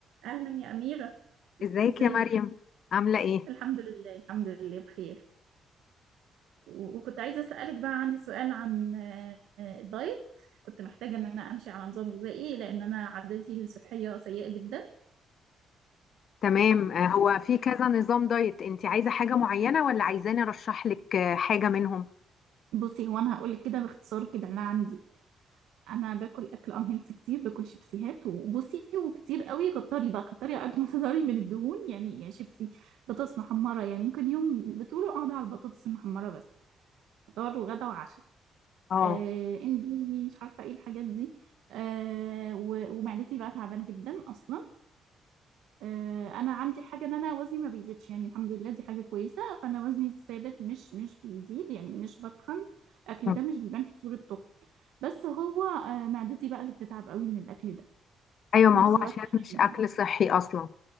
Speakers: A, on the right; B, on the left.
A: أهلا يا أميرة
B: ازيك
A: ازيك؟
B: يا مريم عاملة ايه؟
A: الحمد لله الحمد لله بخير و- وكنت عايزة أسألك بقى عندي سؤال عن آه، آه، الدايت كنت محتاجة إن أنا أمشي على نظام غذائي لأن أنا عادتي الصحية سيئة جدا
B: تمام آه، هو في كذا نظام دايت انت عايزة حاجة معينة ولا عايزاني ارشح لك آه، حاجة منهم؟
A: بصي هو أنا هقولك كده باختصار كده اللي عندي أنا باكل أكل أنهيلث كتير باكل شيبسيهات وبصي وكتير قوي كتري بقى كتري على قد ما <laughs> تقدري من الدهون يعني يا شيبسي بطاطس محمرة يعني ممكن يوم بطوله أقعد على البطاطس المحمرة بس فطار وغدا وعشاء
B: اه
A: آه، اندومي مش عارفه ايه الحاجات دي آه، و- ومعدتي بقى تعبانه جدا اصلا آه، انا عندي حاجه ان انا وزني ما بيزيدش يعني الحمد لله دي حاجه كويسه فانا وزني ثابت مش مش بيزيد يعني مش بتخن اكلي
B: مم.
A: ده مش بيبان في صوره تخن بس هو آه، معدتي بقى اللي بتتعب قوي من الاكل ده
B: ايوه
A: وفي
B: ما
A: نفس
B: هو
A: الوقت
B: عشان
A: أنا-
B: مش اكل
A: <laughs>
B: صحي اصلا